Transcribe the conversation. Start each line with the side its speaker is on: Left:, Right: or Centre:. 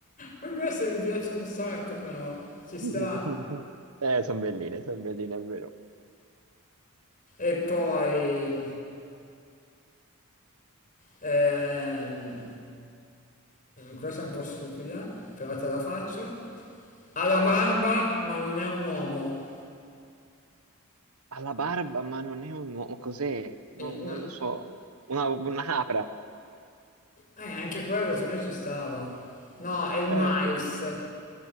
Left: Poi queste mi piacciono un sacco però, ci
Right: <laughs>
Left: sta.
Right: Eh, sono belline, sono belline, è vero.
Left: E poi, ehm, questa è un po' stupida, però te la faccio. Ha la barba ma non è un uomo.
Right: Ha la barba, ma non è un uomo, cos'è? No,
Left: E-
Right: non
Left: no.
Right: lo so. Una, una capra.
Left: Eh, anche quello secondo me ci stava. No, è il mais,
Right: Eh,